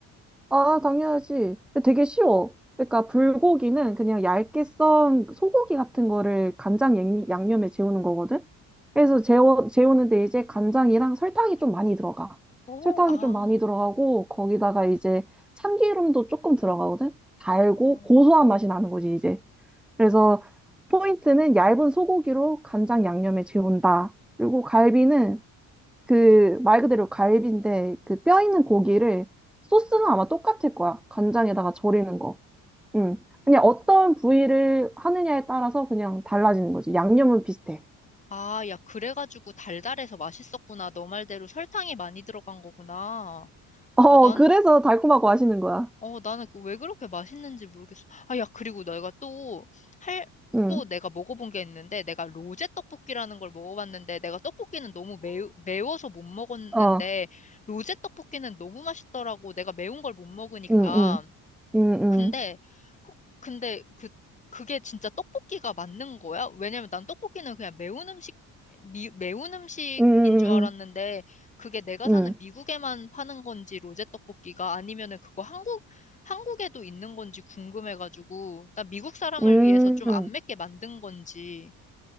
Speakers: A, in the centre; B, on the left.
A: 아, 당연하지. 되게 쉬워. 그러니까 불고기는 그냥 얇게 썬 소고기 같은 거를 간장 양- 양념에 재우는 거거든. 그래서 재워, 재우는데 이제 간장이랑 설탕이 좀 많이 들어가.
B: 오,
A: 설탕이
B: 아,
A: 좀 많이 들어가고 거기다가 이제 참기름도 조금 들어가거든. 달고
B: 어,
A: 고소한 맛이 나는 거지, 이제. 그래서
B: 어.
A: 포인트는 얇은 소고기로 간장 양념에 재운다. 그리고 갈비는 그 말 그대로 갈비인데 그 뼈 있는 고기를 소스는 아마 똑같을 거야. 간장에다가 절이는 거. 응. 그냥 어떤 부위를 하느냐에 따라서 그냥 달라지는 거지. 양념은 비슷해.
B: 아, 야, 그래가지고 달달해서 맛있었구나. 너 말대로 설탕이 많이 들어간 거구나.
A: 어,
B: 아, 난,
A: 그래서 달콤하고 맛있는 거야.
B: 어, 나는 그 왜 그렇게 맛있는지 모르겠어. 아, 야, 그리고 내가 또 할,
A: 응.
B: 또 내가 먹어본 게 있는데, 내가 로제 떡볶이라는 걸 먹어봤는데, 내가 떡볶이는 너무 매우, 매워서 못 먹었는데,
A: 어,
B: 로제 떡볶이는 너무 맛있더라고. 내가 매운 걸 못 먹으니까.
A: 응, 응, 응, 응,
B: 근데 혹- 근데 그 그게 진짜 떡볶이가 맞는 거야? 왜냐면 난 떡볶이는 그냥 매운 음식 미, 매운 음식인
A: 응,
B: 줄 알았는데 그게 내가
A: 응,
B: 사는
A: 응,
B: 미국에만 파는 건지 로제 떡볶이가 아니면은 그거 한국 한국에도 있는 건지 궁금해가지고 나 미국 사람을
A: 응,
B: 위해서 좀
A: 응.
B: 안 맵게 만든 건지